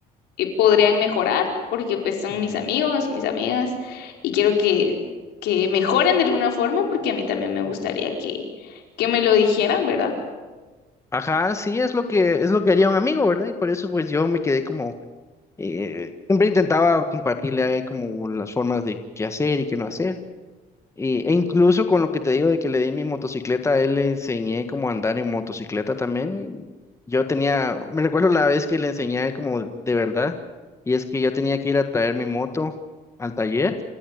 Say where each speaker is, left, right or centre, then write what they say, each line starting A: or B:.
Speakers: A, on the left (about 85°); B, on the left (about 15°).
A: que podrían mejorar porque pues son
B: ujú,
A: mis amigos, mis amigas y quiero que, que mejoren de alguna forma porque a mí también me
B: ujú.
A: gustaría que, que me lo dijeran, ¿verdad?
B: Ajá, sí, es lo que es lo que haría un amigo, ¿verdad? Y por eso pues yo me quedé como eh, siempre intentaba compartirle a él como las formas de qué hacer y qué no hacer. Y- e incluso con lo que te digo de que le di mi motocicleta, a él le enseñé cómo andar en motocicleta también. Yo tenía, me recuerdo la vez que le enseñé a él como de verdad, y es que yo tenía que ir a traer mi moto al taller.